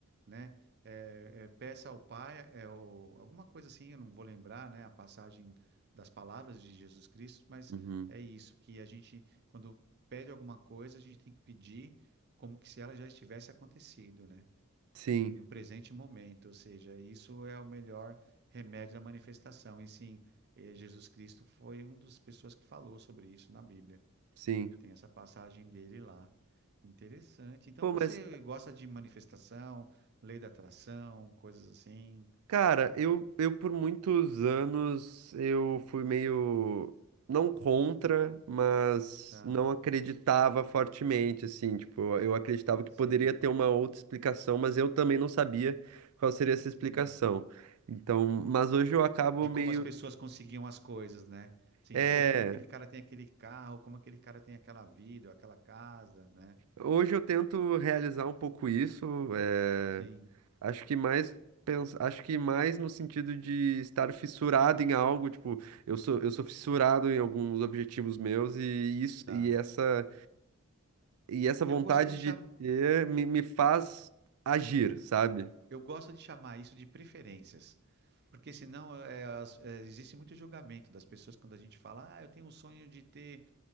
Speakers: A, on the right; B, on the right.
A: né? é, é, peça ao Pai, é, o- alguma coisa assim, eu não vou lembrar, né? A passagem das palavras de Jesus Cristo, mas
B: uhum.
A: é isso que a gente, quando pede alguma coisa, a gente tem que pedir como que se ela já estivesse acontecido, né?
B: Sim,
A: No presente momento, ou seja, isso é o melhor remédio da manifestação. E sim, eh, Jesus Cristo foi uma das pessoas que falou sobre isso na Bíblia.
B: sim.
A: Tem essa passagem dele lá. Interessante. Então
B: Pô,
A: você
B: mas
A: gosta de manifestação, lei da atração, coisas assim,
B: Cara, eu, eu por muitos anos eu fui meio não contra, mas
A: tá?
B: não acreditava fortemente, assim, tipo, eu acreditava que
A: Sim,
B: poderia ter uma outra explicação, mas eu também não sabia qual seria essa explicação.
A: sim.
B: Então, mas hoje eu acabo
A: De
B: meio,
A: como as pessoas conseguiam as coisas, né? Sim,
B: é,
A: pô, como aquele cara tem aquele carro, como aquele cara tem aquela vida, ou aquela casa, né?
B: Hoje eu tento realizar um pouco isso, eh,
A: Sim,
B: acho que mais pens- acho que mais no sentido de estar fissurado em algo, tipo, eu sou, eu sou fissurado em alguns objetivos meus e isso
A: tá.
B: e essa e essa vontade
A: Eu gosto de chamar,
B: de ter me, me faz agir, sabe?
A: eu gosto de chamar isso de preferências, porque senão é, as- é, existe muito julgamento das pessoas quando a gente fala, ah, eu tenho o sonho de ter